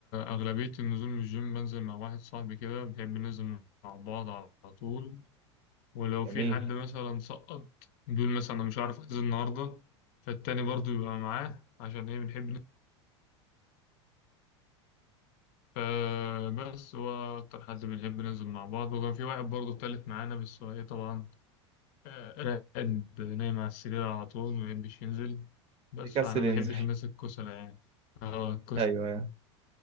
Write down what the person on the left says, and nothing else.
أغلبية النزول من الجيم بنزل مع واحد صاحبي كده بنحب ننزل مع بعض على طول ولو
في حد مثلا سقط بيقول مثلا أنا مش عارف أحجز النهاردة فالتاني برضو يبقى معاه عشان إيه بنحب ننزل فبس هو أكتر حد بنحب ننزل مع بعض وكان في واحد برضو تالت معانا بس هو إيه طبعا آه، راقد نايم على السرير على طول ما بيحبش ينزل بس
فأنا ما
بحبش الناس الكسلة يعني اه الكسلة